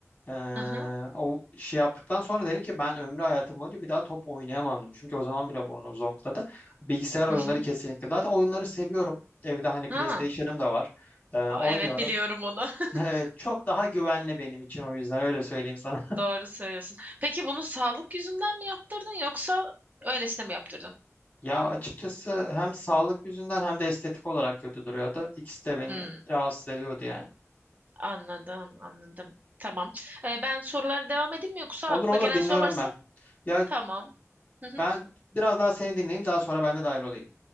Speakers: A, on the left; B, on the right.
A: Ee,
B: Hı hı.
A: o şey yaptıktan sonra dedim ki ben ömrü hayatım boyunca bir daha top oynayamam Çünkü o zaman bile burnum zonkladı. Bilgisayar oyunları
B: Hı hı.
A: kesinlikle. Zaten oyunları seviyorum. Evde hani PlayStation'ım
B: Ha.
A: da var. Ee, oynuyorum.
B: Aa, evet biliyorum
A: <laughs>
B: onu. <laughs>
A: Evet çok daha güvenli benim için o yüzden öyle söyleyeyim sana. <laughs>
B: Doğru söylüyorsun. Peki bunu sağlık yüzünden mi yaptırdın yoksa öylesine mi yaptırdın?
A: Ya açıkçası hem sağlık yüzünden hem de estetik olarak kötü duruyordu. İkisi de beni
B: Hmm,
A: rahatsız ediyordu yani.
B: anladım, anladım. Tamam. Ee, ben sorulara devam edeyim mi yoksa
A: Olur
B: aklına
A: olur
B: gelen
A: dinliyorum
B: soru varsa?
A: ben. Ya
B: Tamam. Hı hı.
A: ben biraz daha seni dinleyeyim daha sonra ben de dahil olayım.